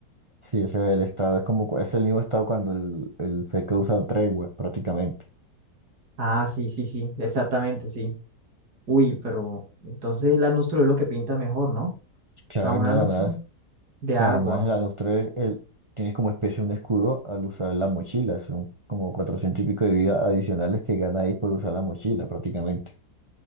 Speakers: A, on the right; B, on the right.
A: sí, ese es el estado, es como, cu- es el mismo estado cuando el, el Fekka usa el tregua prácticamente.
B: Ah, sí, sí, sí, exactamente, sí. Uy, pero entonces el anustro es lo que pinta mejor, ¿no? O
A: Claro,
B: sea, un
A: y no,
B: anustro
A: además
B: de agua.
A: Y Además, el Alostre él tiene como especie un escudo al usar la mochila. Son como 400 y pico de vida adicionales que gana ahí por usar la mochila prácticamente.